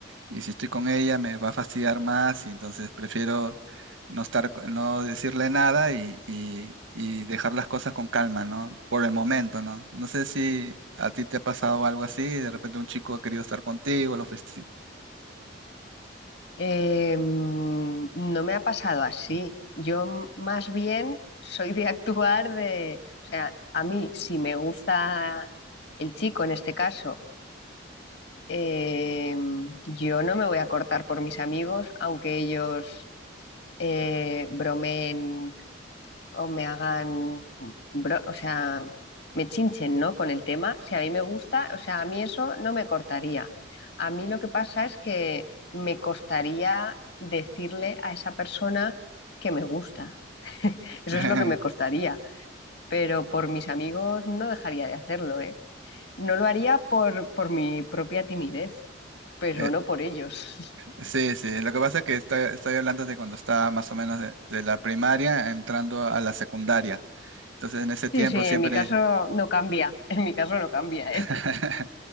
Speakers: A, on the right; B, on the left.
A: y si estoy con ella me va a fastidiar más y entonces prefiero no estar, co- no decirle nada y, y- y dejar las cosas con calma, ¿no? Por el momento, ¿no? No sé si a ti te ha pasado algo así, de repente un chico ha querido estar contigo, lo fuiste-
B: Eh, mm, no me ha pasado así. Yo m- más bien soy de <laughs> actuar de, o sea, a mí si me gusta el chico en este caso, eh, yo no me voy a cortar por mis amigos, aunque ellos eh, bromeen o me hagan, bro- o sea, me chinchen, ¿no? Con el tema. Si a mí me gusta, o sea, a mí eso no me cortaría. A mí lo que pasa es que me costaría decirle a esa persona que me gusta. Eso
A: <laughs>
B: es lo que me costaría. Pero por mis amigos no dejaría de hacerlo, ¿eh? No lo haría por, por mi propia timidez, pero
A: Eh,
B: no por ellos. <laughs>
A: sí, sí, lo que pasa es que estoy, estoy hablando de cuando estaba más o menos de, de la primaria entrando a la secundaria. Entonces en ese tiempo
B: Sí, sí, en
A: siempre...
B: mi caso no cambia. En mi caso no cambia,
A: <laughs>
B: ¿eh?